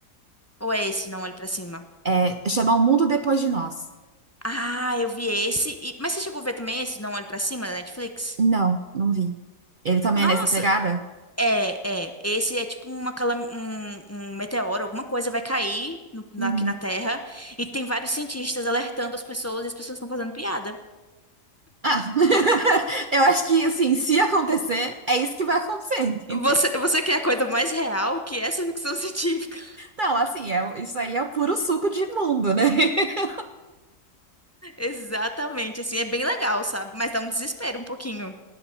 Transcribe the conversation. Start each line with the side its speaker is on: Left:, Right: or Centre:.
Left: Ou é esse, Não Olhe Para Cima?
Right: é, chama O Mundo Depois de Nós.
Left: Ah, eu vi esse. e- Mas você chegou a ver também esse, Não Olhe Para Cima, da Netflix?
Right: Não, não vi. Ele também
Left: Nossa,
Right: é nessa pegada?
Left: é, é. Esse é tipo uma calam... um, um meteoro, alguma coisa vai cair no- na-
Right: Uhum.
Left: aqui na Terra. E tem vários cientistas alertando as pessoas e as pessoas estão fazendo piada.
Right: Ah, <laughs> eu acho que, assim, se acontecer, é isso que vai acontecer, <laughs> entendeu?
Left: Você, você quer a coisa mais real que essa ficção <laughs> científica?
Right: Não, assim, é, isso aí é o puro suco de mundo, né? <laughs>
Left: Exatamente, assim, é bem legal, sabe? Mas dá um desespero um pouquinho.